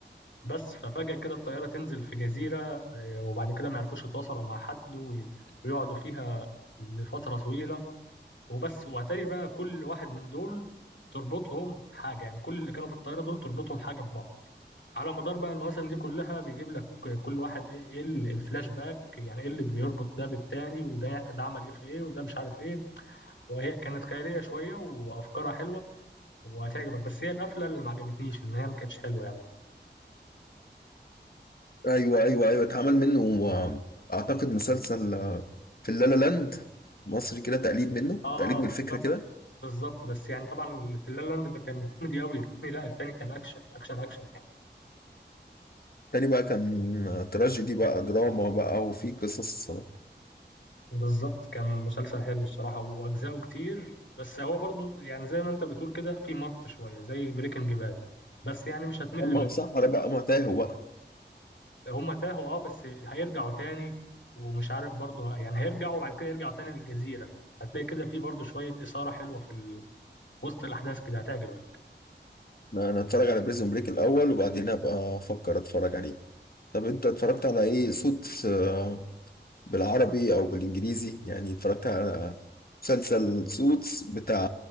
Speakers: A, on the left; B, on the left.
A: بس ففجأة كده الطيارة تنزل في جزيرة آه، وبعد كده ما يعرفوش يتواصلوا مع حد وي- ويقعدوا فيها لفترة طويلة وبس واتاري بقى كل واحد من دول تربطهم حاجه يعني كل اللي كانوا في الطياره دول تربطهم حاجه ببعض على مدار بقى المواسم دي كلها بيجيب لك كل واحد ايه ايه ال- الفلاش باك يعني ايه اللي بيربط ده بالتاني وده ده عمل ايه في ايه وده مش عارف ايه وهي كانت خياليه شويه وافكارها حلوه وهتعجبك بس هي القفله اللي ما عجبتنيش ان هي ما كانتش حلوه يعني
B: ايوه ايوه ايوه اتعمل منه آه، اعتقد مسلسل آه، في اللالا لاند مصري كده تقليد منه
A: اه
B: تقليد من الفكره
A: بالظبط
B: كده
A: بالظبط بس يعني طبعا اللي في لا لاند ده كان كوميدي قوي التاني لا التاني كان اكشن اكشن اكشن يعني
B: تاني بقى كان آه، تراجيدي بقى دراما بقى وفي قصص آه،
A: بالظبط كان مسلسل حلو الصراحة وأجزاؤه كتير بس هو برضو يعني زي ما أنت بتقول كده في مط شوية زي بريكنج باد بس يعني مش هتمل
B: اما
A: منه
B: صح ولا بقى ما تاهوا بقى
A: هما تاهوا أه بس هيرجعوا تاني ومش عارف برضو ه- يعني هيرجعوا وبعد كده يرجعوا تاني للجزيرة هتلاقي كده في برضو شوية إثارة حلوة في ال- وسط الأحداث كده هتعجبك
B: انا اتفرج على بريزون بريك الاول وبعدين ابقى افكر اتفرج عليه طب انت اتفرجت على ايه سوتس آه، بالعربي او بالانجليزي يعني اتفرجت على مسلسل سوتس بتاع